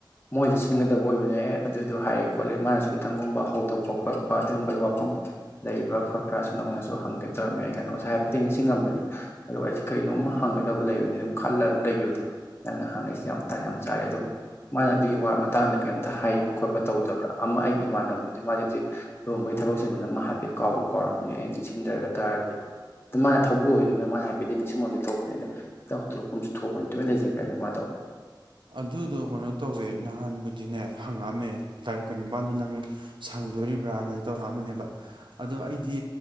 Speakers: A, on the left; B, on the right.
A: ꯃꯣꯏꯗ ꯁꯤꯟꯒꯗꯕ ꯑꯣꯏꯕꯅꯦ ꯑꯦ ꯑꯗꯨꯗꯣ ꯍꯥꯏ ꯈꯣꯠꯂꯤ ꯃꯥꯅꯁꯨ ꯈꯤꯇꯪꯒꯨꯝꯕ ꯍꯧꯗꯣꯛꯄ ꯈꯣꯠꯄ ꯑꯗꯨꯝꯕꯒꯤ ꯋꯥꯐꯝ ꯂꯩꯕ꯭ꯔꯥ ꯈꯣꯠꯄ꯭ꯔꯥꯁꯨ ꯅꯪꯉꯣꯟꯗꯁꯨ ꯍꯪꯒꯦ ꯇꯧꯔꯝꯃꯤ ꯑꯩꯅ ꯑꯗꯣ ꯉꯁꯥꯏ ꯍꯥꯏꯐꯦꯠꯇ ꯅꯤꯡꯁꯤꯡꯉꯝꯕꯅꯦ ꯑꯗꯣ ꯑꯩꯁꯦ ꯀꯩꯅꯣꯝ ꯍꯪꯒꯗꯕ ꯂꯩꯕꯅꯤ ꯑꯗꯨꯝ ꯈꯜꯂꯒ ꯑꯗꯨꯝ ꯂꯩꯈꯤꯕꯗꯣ ꯅꯪꯅ ꯍꯪꯉꯛꯏꯁꯦ ꯌꯥꯝ ꯇꯥꯏ ꯌꯥꯝ ꯆꯥꯏꯔꯦ ꯑꯗꯣ ꯃꯥꯅ ꯑꯗꯨꯒꯤ ꯋꯥ ꯃꯇꯥꯡꯗ ꯀꯩꯝꯇ ꯍꯥꯏꯕ ꯈꯣꯠꯄ ꯇꯧꯗꯕ꯭ꯔꯥ ꯑꯃ ꯑꯩꯒꯤ ꯏꯃꯥꯟꯅꯕꯗꯨꯗꯤ ꯃꯥꯗꯤꯗꯤ ꯂꯨꯍꯕꯒꯤ ꯊꯕꯛ ꯆꯤꯟꯕꯅ ꯃꯥ ꯍꯥꯏꯐꯦꯠ ꯀꯥꯎꯕ ꯀꯥꯎꯔꯝꯝꯕꯅꯤ ꯑꯩꯅ ꯅꯤꯡꯁꯤꯡꯗ꯭ꯔꯒ ꯇꯥꯔꯗꯤ ꯑꯗꯨ ꯃꯥꯅ ꯊꯧꯕ ꯑꯣꯏꯒꯗꯕꯅꯤꯅ ꯃꯥꯅ ꯍꯥꯏꯐꯦꯠꯇꯗꯤ ꯅꯤꯡꯁꯤꯡꯕꯐꯝꯗꯤ ꯊꯣꯛꯄꯅꯤꯅ ꯈꯤꯇꯪ ꯍꯧꯠꯇꯗꯣꯔꯛꯐꯝꯁꯨ ꯊꯣꯛꯄꯅꯤ ꯇꯨꯃꯤꯅ ꯂꯩꯖꯦ ꯖꯤꯡꯒ꯭ꯔꯅꯤ ꯃꯥꯗꯣ
B: ꯑꯗꯨꯗꯣ ꯀꯩꯅꯣ ꯇꯧꯋꯦ ꯅꯍꯥꯟꯕꯨꯗꯤꯅꯦ ꯍꯪꯉꯛꯑꯝꯃꯦ ꯇꯥꯔꯤꯛ ꯀꯨꯟꯅꯤꯄꯥꯜꯗꯣ ꯅꯪ ꯁꯪꯗꯣꯔꯤꯕ꯭ꯔꯥꯅꯗꯤ ꯇꯧꯔꯛꯑꯝꯕꯅꯦꯕ ꯑꯗꯣ ꯑꯩꯗꯤ